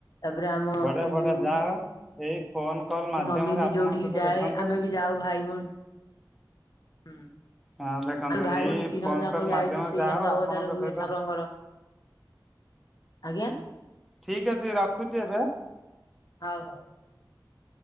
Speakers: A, on the left; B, in the centre.
A: ତାପରେ ଆମ
B: ବଢିଆ ବଢିଆ
A: ଯୋଉ
B: ଯାହା ହଉ ଏଇ ଫୋନ କଲ୍ ମାଧ୍ୟମରେ
A: ମୋ ମମି ବି
B: ଆପଣଙ୍କ
A: ଯୋଉଠିକି
B: ସହିତ
A: ଯାଏ
B: ଦେଖନ୍ତୁ
A: ଆମେ ବି ଯାଉ ଭାଇ ଭଉଣୀ - ହୁଁ। ଆମେ
B: ହଁ ଦେଖନ୍ତୁ
A: ଭାଇ
B: ଏଇ
A: ଭଉଣୀ ତିନିଜଣ
B: ଫୋନ
A: ଯାକ
B: କଲ୍
A: ଯାଇଚୁ
B: ମାଧ୍ୟମରେ
A: ସେଇ
B: ଯାହା
A: ଆନନ୍ଦ
B: ହଉ ଆପଣଙ୍କ
A: ବଜାରରେ ହୁଏ
B: ସହିତ
A: ଠାକୁରଙ୍କର ଆଜ୍ଞା
B: ଠିକ ଅଛି ରଖୁଛି ଏବେ।
A: ହଉ ହଉ।